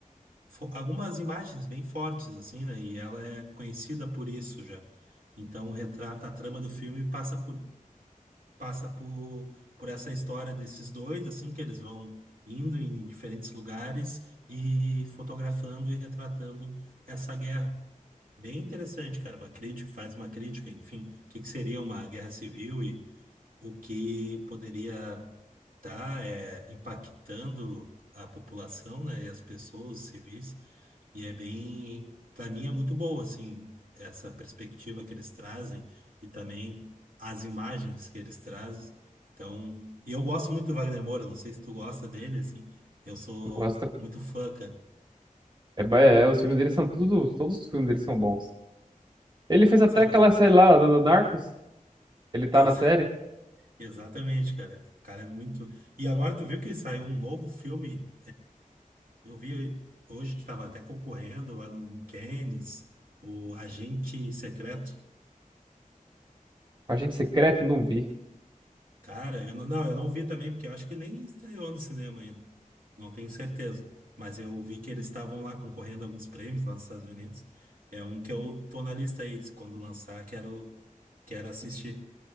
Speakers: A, on the right; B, on the right.
A: fo- algumas imagens bem fortes assim, né? E ela é conhecida por isso já. Então retrata a trama do filme e passa por passa por, por essa história desses dois, assim, que eles vão indo em diferentes lugares e fotografando e retratando essa guerra. Bem interessante, cara. Uma crítica, faz uma crítica, enfim, o que que seria uma guerra civil o que poderia estar impactando a população, né, e as pessoas, os civis, e é bem, para mim é muito boa, assim, essa perspectiva que eles trazem e também as imagens que eles trazem. Então, e eu gosto muito do Wagner Moura, não sei se tu gosta dele, assim, eu sou
B: Eu Gosto.
A: muito fã, cara.
B: É, ba- é, os filmes dele são tudo, todos os filmes dele são bons. Ele fez até
A: Sei
B: aquela
A: lá,
B: série lá do, do Narcos, ele tá
A: ex-
B: na série.
A: <laughs> exatamente, cara. O cara é muito. E agora tu viu que saiu um novo filme Eu vi hoje que estava até concorrendo lá no no Cannes, o Agente Secreto.
B: Agente Secreto, não vi.
A: Cara, eu não, não, eu não vi também, porque eu acho que nem estreou no cinema ainda. Não tenho certeza. Mas eu vi que eles estavam lá concorrendo a alguns prêmios lá nos Estados Unidos. É um que eu tô na lista aí. se Quando lançar, quero, quero assistir.